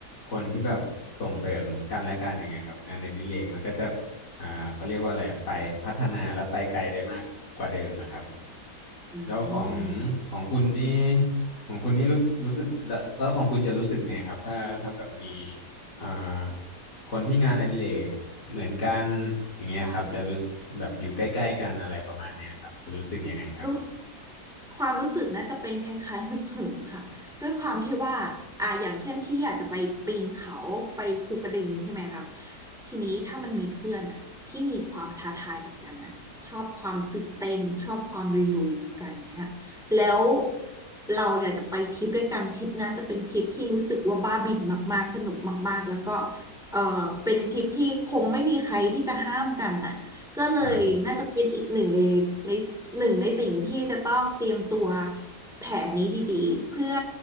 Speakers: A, on the left; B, in the centre.
A: คนที่แบบส่งเสริมกันและกันอย่างเงี้ยครับงานในดิเรกมันก็จะอ่าเขาเรียกว่าอะไรอะไปพัฒนาและไปไกลได้มากกว่าเดิมอะครับ
B: อื
A: แล้วของ
B: ม
A: ของคุณนี่ ของคุณนี่รู้รู้สึกแล้วแล้วของคุณจะรู้สึกไงครับถ้าถ้าแบบมีอ่าคนที่งานอดิเรกเหมือนกันอย่างเงี้ยครับจะรู้สึกแบบอยู่ใกล้ๆกันอะไรประมาณเนี้ยครับจะรู้สึกยังไงครับ
B: ตายแต่รู้ความรู้สึกนะจะเป็นคล้ายๆฮึกเหิมค่ะด้วยความที่ว่าอ่าอย่างเช่นที่อยากจะไปปีนเขาไปภูกระดึงใช่ไหมคะทีนี้ถ้ามันมีเพื่อนอ่ะที่มีความท้าทายเหมือนกันนะชอบความตื่นเต้นชอบความลุยๆเหมือนกันเนี่ยแล้วเราอยากจะไปทริปด้วยกันทริปนั้นจะเป็นทริปที่รู้สึกว่าบ้าบิ่นมากๆสนุกมากๆแล้วก็เออเป็นทริปที่คงไม่มีใครที่จะห้ามกันน่ะ ก็เลยน่าจะเป็นอีกหนึ่งในในหนึ่งในสิ่งที่จะต้องเตรียมตัว
A: ครับ
B: แผนนี้ดีๆเพื่อ